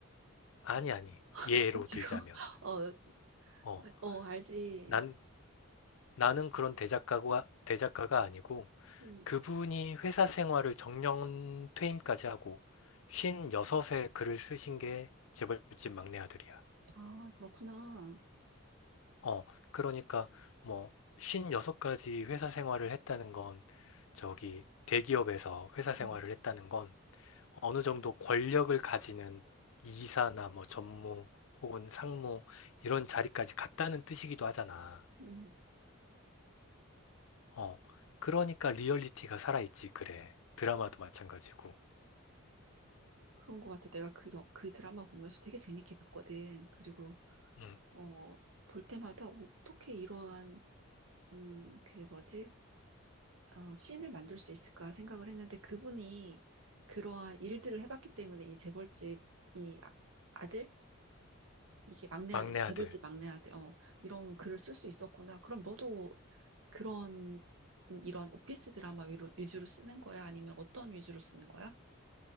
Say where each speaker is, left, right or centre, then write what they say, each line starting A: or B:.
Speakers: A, on the left; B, on the right.
A: 아니, 아니.
B: <laughs>
A: 예로
B: 나 지금
A: 들자면.
B: <laughs> 어,
A: 어,
B: 어, 알지.
A: 난 나는 그런 대작가가, 대작가가 아니고
B: 음,
A: 그분이 회사 생활을 정년 퇴임까지 하고 56에 글을 쓰신 게 재벌집 막내 아들이야.
B: 아, 그렇구나.
A: 어, 그러니까 뭐 56까지 회사 생활을 했다는 건 저기 대기업에서 회사 생활을
B: 음,
A: 했다는 건 어느 정도 권력을 가지는 이사나 뭐 전무 혹은 상무 이런 자리까지 갔다는 뜻이기도 하잖아.
B: 음,
A: 어, 그러니까 리얼리티가 살아있지, 그래. 드라마도 마찬가지고.
B: 그런 것 같아. 내가 그, 여- 그 드라마 보면서 되게 재밌게 봤거든. 그리고
A: 음,
B: 어, 볼 때마다 어떻게 이러한 음, 그 뭐지? 어, 씬을 만들 수 있을까 생각을 했는데 그분이 그러한 일들을 해봤기 때문에 이 재벌집 이 아- 아들 이게 막내
A: 막내
B: 아들이 재벌집
A: 아들.
B: 막내 아들 어, 이런 글을 쓸 수 있었구나. 그럼 너도 그런 이- 이런 오피스 드라마 위로, 위주로 쓰는 거야? 아니면 어떤 위주로 쓰는 거야?